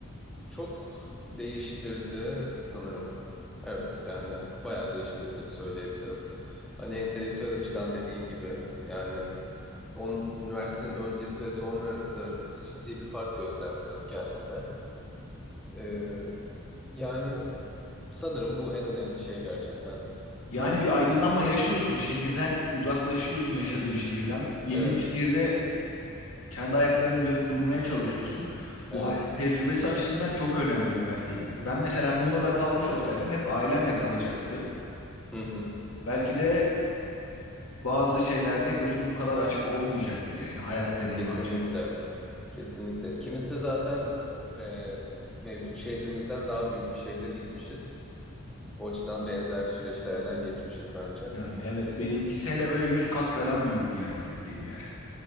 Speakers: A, in the centre; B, on the left.
A: çok değiştirdi sanırım. Evet yani bayağı değiştirdiğini söyleyebilirim. Hani entelektüel açıdan dediğin gibi yani on, üniversitenin öncesi ve sonrası arasında ciddi bir fark gözlemliyorum kendimde. Ee, yani sanırım bu en önemli şey gerçekten.
B: Yani bir aydınlanma yaşıyorsun. Şehirden uzaklaşıyorsun yaşadığın şehirden. Yeni
A: Evet,
B: bir şehirde kendi ayaklarının üzerinde durmaya çalışıyorsun.
A: evet.
B: Bu hayat tecrübesi açısından çok önemli üniversiteye gitmek. Ben mesela Muğla'da kalmış olsaydım hep ailemle kalacaktım.
A: Hı hı.
B: Belki de bazı şeylerde gözüm bu kadar açık olmayacaktı yani hayat deneyimi
A: Kesinlikle,
B: açık.
A: kesinlikle. İkimiz de zaten e, mevcut şehrimizden daha büyük bir şehre gitmişiz. O açıdan benzer süreçlerden geçmişiz bence.
B: Yani evet benimkisi hele böyle 100 kat falan büyüktü yani gittiğim yer.